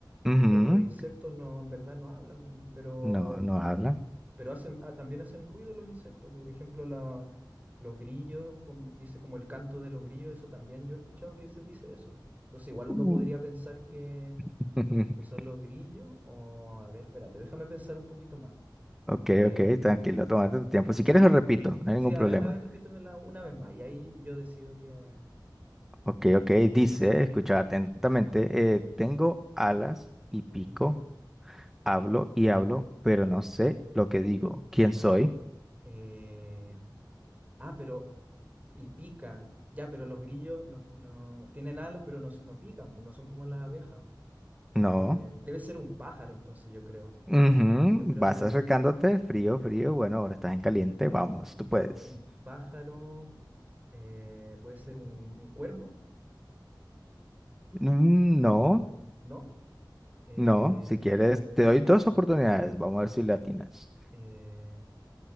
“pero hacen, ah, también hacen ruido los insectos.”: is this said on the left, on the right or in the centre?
Right